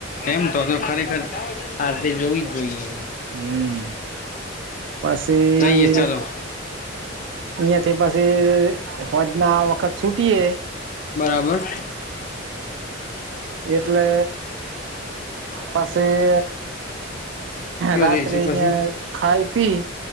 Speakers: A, on the left; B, on the right.
A: એમ તો તો ખરેખર આ જોવી, જ જોઈએ એવી
B: હમ, પછી
A: જઈએ ચાલો
B: અહિયાયાથી પછી, હોજ ના વખત છૂટીએ
A: બરાબર
B: એટલે પછી,
A: કયો
B: રાત્રે
A: જઈશું
B: અહયા
A: પછી
B: ખાઈ પી